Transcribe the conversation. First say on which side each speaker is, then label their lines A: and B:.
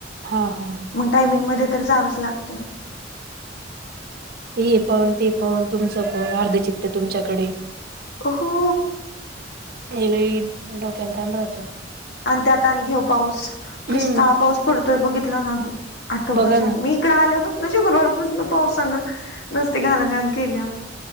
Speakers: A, on the right (about 55°); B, on the left (about 65°).
A: हा हा.
B: मग टायमिंग मध्ये तर जावंच लागतं.
A: हे पण ते पण तुमचं पण अर्ध चित्ते तुमच्याकडे.
B: हो.
A: ये लई डोक्याला ताण राहतो.
B: आणि त्यात आणि घे पाऊस
A: हम्म
B: किस्ता पाऊस पडतोय बघितला ना आठवड्याचा
A: बघा ना.
B: मी इकड आल्यापासन शुक्रवारपासन पावसानं नसते घाणघाण केल्या.